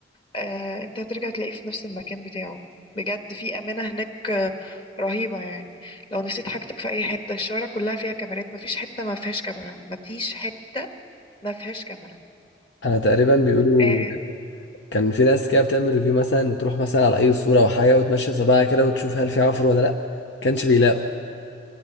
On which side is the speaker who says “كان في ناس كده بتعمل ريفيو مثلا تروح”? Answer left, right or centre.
Left